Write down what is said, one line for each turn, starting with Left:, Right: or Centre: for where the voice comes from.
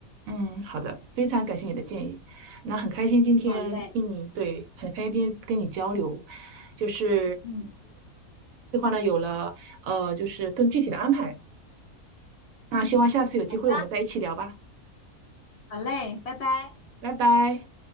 Right: 嗯，好的，非常感谢你的建议。那很开心今天听你，
Left: 好嘞，
Right: 对，很开心今天跟你交流，就是
Left: 嗯
Right: 计话呢有了呃，就是更具体的安排。那希望下次有机会我们再一起聊吧，
Left: 嗯，好的，好嘞，拜拜。
Right: 拜拜。